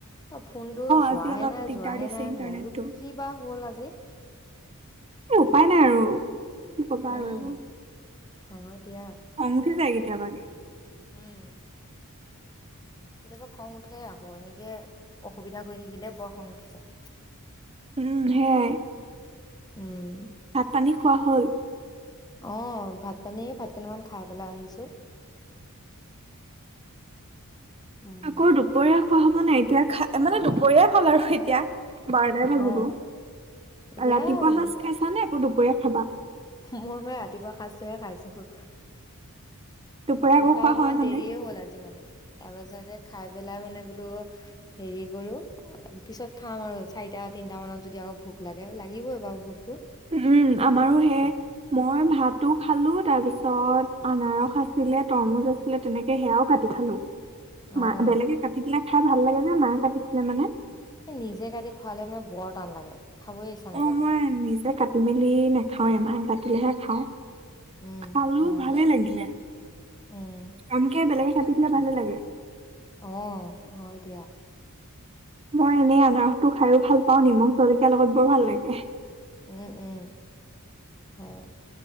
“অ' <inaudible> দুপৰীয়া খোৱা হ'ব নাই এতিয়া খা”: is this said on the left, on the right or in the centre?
Right